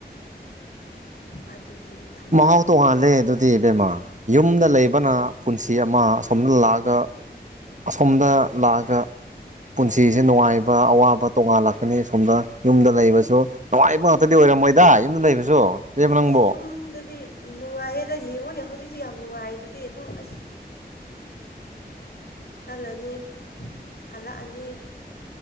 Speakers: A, on the left; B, on the right.
A: ꯑꯗꯨꯗꯤ ꯊꯝꯅꯤꯡꯉꯤ
B: ꯃꯍꯥꯎ ꯇꯣꯡꯉꯥꯜꯂꯦ ꯑꯗꯨꯗꯤ ꯏꯕꯦꯝꯃꯥ ꯌꯨꯝꯗ ꯂꯩꯕꯅ ꯄꯨꯟꯁꯤ ꯑꯃ ꯑꯁꯣꯝꯗ ꯂꯥꯛꯑꯒ ꯑꯁꯣꯝꯗ ꯂꯥꯛꯑꯒ ꯄꯨꯟꯁꯤꯁꯦ ꯅꯨꯡꯉꯥꯏꯕ ꯑꯋꯥꯕ ꯇꯣꯡꯉꯥꯜꯂꯛꯀꯅꯤ ꯑꯁꯣꯝꯗ ꯌꯨꯝꯗ ꯂꯩꯕꯁꯨ ꯅꯨꯡꯉꯥꯏꯕ ꯉꯥꯛꯇꯗꯤ ꯑꯣꯏꯔꯝꯃꯣꯏꯗ ꯌꯨꯝꯗ ꯂꯩꯕꯁꯨ ꯏꯕꯦꯝꯃ ꯅꯪꯕꯣ
A: ꯑꯁ ꯌꯨꯝꯗꯗꯤ ꯅꯨꯡꯉꯥꯏꯌꯦꯗ ꯌꯦꯡꯉꯨꯅꯦ ꯍꯧꯖꯤꯛꯇꯤ ꯌꯥꯝ ꯅꯨꯡꯉꯥꯏꯗꯨꯗꯤ ꯑꯗꯨꯝ ꯑꯁ ꯆꯠꯂꯅꯤ ꯍꯜꯂꯛꯑꯅꯤ